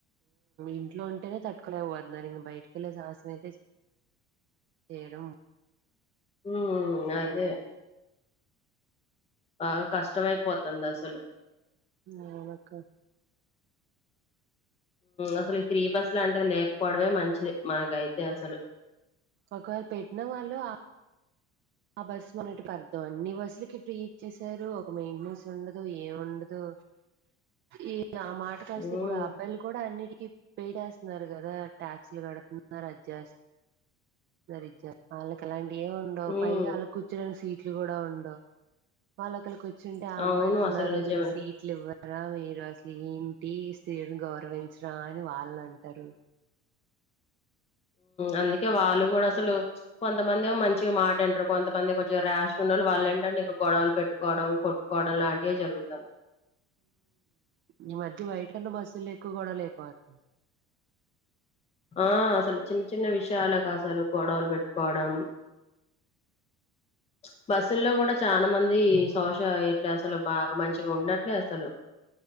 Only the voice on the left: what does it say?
ఉ అదే బాగా కష్టమయిపోతుంది అసలు
అసలు ఈ ఫ్రీ బస్ లాంటిది లేకపోవడమే మంచిది మనకైతే అసలు
ఉమ్
ఉమ్
అవును
అసలు నిజమే
అందుకే వాళ్ళు కూడా అసలు కొంతమంది మంచి మాట వింటారు కొంతమంది కొంచం రాష్ గా లు వాళ్ళ ఏంటంటే ఇక గొడవలు పెట్టుకోవడం కొట్టుకోవడం లాంటివి జరుగుతుంది
ఆ అసలు చిన్న చిన్న విషయాలకు అసలు గొడవలు పెట్టుకోవడం <inaudible> బస్సుల్లో కూడా చాలా మంది శోష అయ్యట్లే అసలు బాగా మంచిగా ఉండట్లే అసలు